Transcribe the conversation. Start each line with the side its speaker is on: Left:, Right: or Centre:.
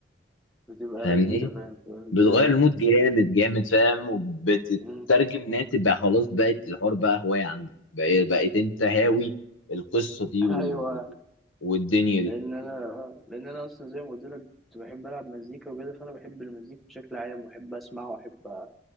Centre: بتبقى
Left: فاهمني
Centre: لذيذة فاهم بتبقى لذيذة
Left: بتغير
Centre: أوي
Left: المود جامد جامد فاهم وبتترجم
Centre: مم.
Left: انها تبقى خلاص بقت الحوار بقى هوايه عندك بقى- بقيت انت هاوي القصه دي
Centre: <laughs>
Left: وال...
Centre: أيوة
Left: والدنيا دي
Centre: لأن أنا آه، لأن أنا أصلا زي ما قلت لك كنت بحب ألعب مزيكا وكده فأنا بحب المزيكا بشكل عام وأحب أسمع وأحب